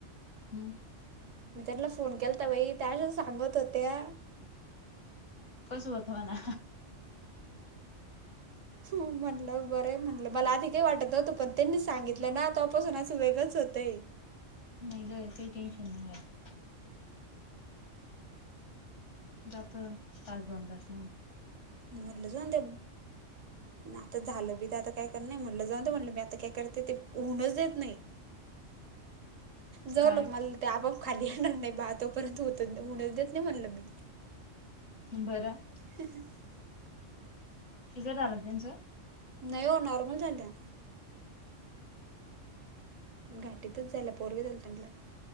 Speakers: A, on the left; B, on the right.
A: हम्म.
B: मी त्याला फोन केलता बाई त्याश सांगत होत्या.
A: कसं होतं म्हणा.
B: म्हणलं बरं म्हणल मला आधी काही वाटत नव्हतं, पण त्यांनी सांगितलं ना तपासून वेगंच होतंय.
A: नाही ग काही टेन्शन नाही घ्यायचा. जातं तास दोन तास न.
B: मी म्हटलं जाऊ दे! आता झालं बी तर आता काय कर नाही म्हटलं जाऊन ते म्हटलं आता काय करते ते होऊनच देत नाही. जाऊ
A: काय
B: लक मला ते आपआप खाली येणार नाही बा तोपर्यंत होत होण देत नाही म्हणल मी.
A: बरं!
B: <inaudible>
A: शिजर झालं का त्यांचं?
B: नाही हो नॉर्मल झाल्या. घाटीतच झाल्या पोरग झाला त्यानाला.